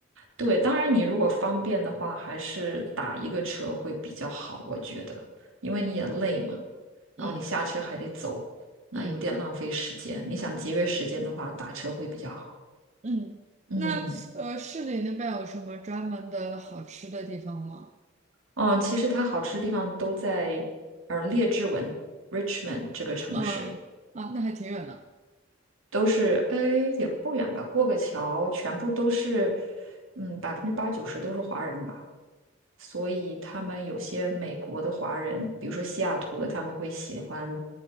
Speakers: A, on the right; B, on the right.
A: 对，当然你如果方便的话，还是打一个车会比较好，我觉得，因为你也累嘛，然后你下车还得走，
B: 嗯
A: 那有点浪费时间。
B: 嗯。
A: 你想节约时间的话，打车会比较好。
B: 嗯，
A: 嗯。
B: 那呃，市里那边有什么专门的好吃的地方吗？
A: 嗯，其实它好吃的地方都在呃列治文 （Richmond） 这个城市，
B: 嗯，啊，那还挺远的，
A: 都是哎也不远吧，过个桥，全部都是嗯百分之八九十都是华人吧，所以他们有些美国的华人，比如说西雅图的，他们会喜欢